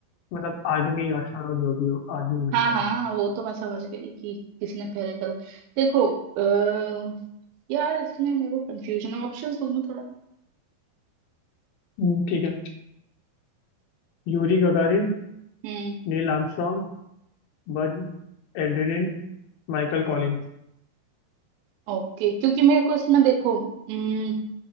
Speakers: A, on the left (about 80°); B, on the right (about 80°).
A: मतलब आदमी या शायद जो भी हो आदमी महिला
B: हाँ हाँ
A: जो भी
B: वो तो मैं समझ गई कि किसने पहले कदम देखो अ, यार इसमें मेरे को कंफ्यूजन है ऑप्शंस दो मैं थोड़ा
A: हो। हम्म, ठीक है Yuri Gagarin
B: हम्म
A: Neil Armstrong Buzz Aldrin Michael Collins
B: ओके क्योंकि मेरे को इसमें देखो हम्म,